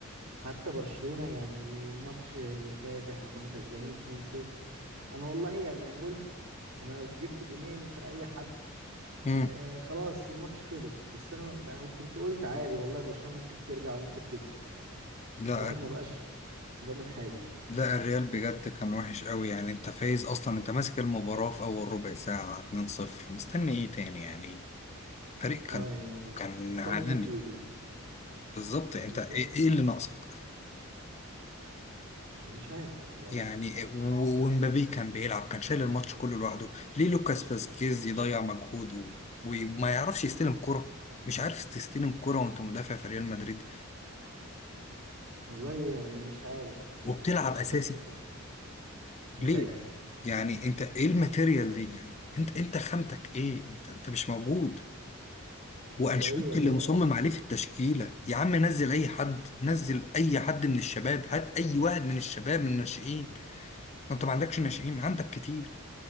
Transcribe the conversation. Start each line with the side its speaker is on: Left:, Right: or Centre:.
Right: حتى برشلونة يعني الماتش اللي فات احنا كنا كسبانين 2-0 انا والله يعني انا قلت انا لو جبت جونين في اي حد
Left: مم.
Right: آه، خلاص الماتش خلص بس انا ما كنت قلت عادي والله برشلونة ممكن ترجع وممكن تكسب
Left: لا
Right: واحد ما بقاش ضامن حاجة
Left: لا الريال بجد كان وحش قوي يعني انت فايز اصلا انت ماسك المباراة في اول ربع ساعة 2-0 مستني ايه تاني يعني فريق كان
Right: اه يعني
Left: كان
Right: مستني
Left: عالمي
Right: يجي لك
Left: بالظبط انت
Right: بالظبط
Left: ايه إيه اللي ناقصك
Right: يعني مش عارف والله
Left: يعني و- ومبابي كان بيلعب كان شايل الماتش كله لوحده ليه لوكاس فاسكيز يضيع مجهود و- وما يعرفش يستلم كرة مش عارف تستلم كرة وانت مدافع في ريال مدريد
Right: والله يعني مش عارف يعني
Left: وبتلعب
Right: مش
Left: اساسي
Right: عارف لو كنت- تخيل
Left: ليه يعني انت ايه الماتيريال دي يعني انت انت خامتك ايه انت انت مش موجود وانشيلوتي
Right: آه، ايوه اللي
Left: اللي
Right: هو
Left: مصمم عليه في التشكيلة يا عم نزل اي حد نزل اي حد من الشباب هات اي واحد من الشباب من الناشئين ما انت ما عندكش ناشئين عندك كتير